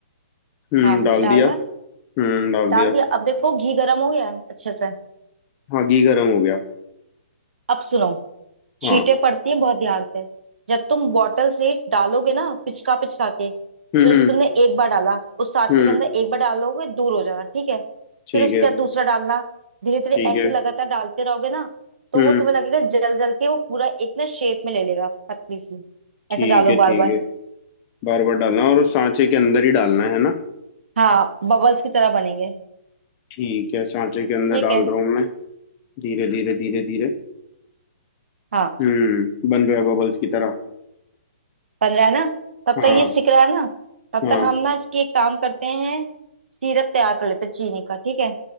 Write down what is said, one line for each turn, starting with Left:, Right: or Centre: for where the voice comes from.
Left: हम्म
Right: हाँ
Left: डाल
Right: डालना
Left: दिया हम्म डाल
Right: डाल
Left: दिया
Right: दिया अब देखो घी गर्म हो गया है अच्छे से
Left: हाँ घी गर्म हो गया
Right: अब सुनो छींटे
Left: हाँ
Right: पड़ती हैं बहुत ध्यान से जब तुम बॉटल से डालोगे ना पिचका पिचका के तो
Left: हम्म
Right: जैसे
Left: हम्म
Right: तुमने एक बार डाला उस सांचे
Left: हम्म,
Right: के अंदर एक बार डालोगे दूर हो जाना ठीक है
Left: ठीक
Right: फिर उसके
Left: है
Right: बाद दूसरा डालना धीरे धीरे
Left: ठीक
Right: ऐसे
Left: है
Right: लगातार डालते रहोगे ना तो
Left: हम्म
Right: वो तुम्हें लगेगा जल जल के वो पूरा एक ना शेप में ले लेगा पतली सी
Left: ठीक
Right: ऐसे डालो
Left: है
Right: बार
Left: ठीक
Right: बार
Left: है बार बार डालना और उस सांचे के अंदर ही डालना है ना
Right: हाँ बबल्स की तरह बनेंगे
Left: ठीक है सांचे के अंदर
Right: ठीक
Left: डाल
Right: है
Left: रहा हूँ मैं धीरे धीरे धीरे धीरे
Right: हाँ
Left: हम्म बन रहा है बबल्स की तरह
Right: बन रहा है ना तब तक
Left: हाँ
Right: ये सिक रहा है ना तब
Left: हाँ
Right: तक हम ना इसकी एक काम करते हैं सिरप तैयार कर लेते हैं चीनी का ठीक है